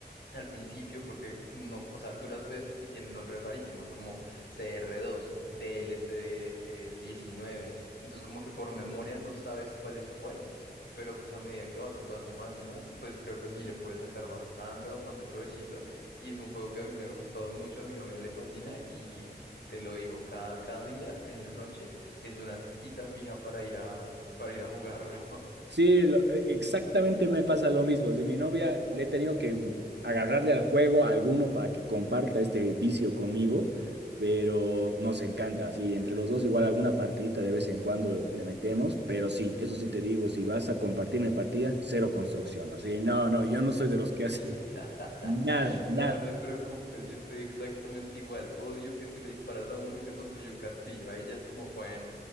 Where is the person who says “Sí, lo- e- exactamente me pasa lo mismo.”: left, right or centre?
Right